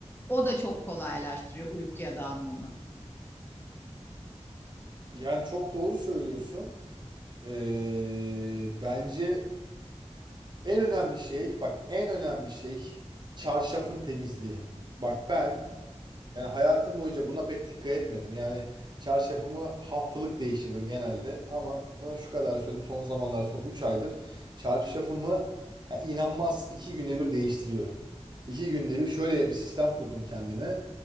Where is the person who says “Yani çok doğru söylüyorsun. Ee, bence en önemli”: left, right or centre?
Right